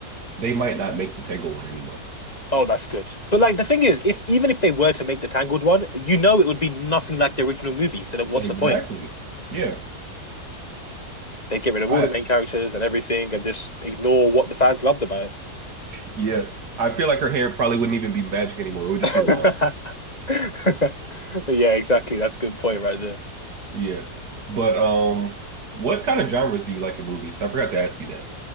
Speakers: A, on the right; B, on the left.
A: they might not make the Tangled one anymore.
B: Oh, that's good. But like the thing is, if even if they were to make the Tangled one, you know it would be nothing like the original movie. So then, what's
A: Exactly.
B: the point?
A: Yeah.
B: They get rid of
A: I
B: all the main characters and everything, and just ignore what the fans loved about
A: Yeah. I feel like her hair probably wouldn't even be magic anymore. It would just
B: it.
A: be long.
B: <laughs> <laughs> Yeah, exactly. That's a good point right there.
A: Yeah. But um what kind of genres do you like in movies? I forgot to ask you that.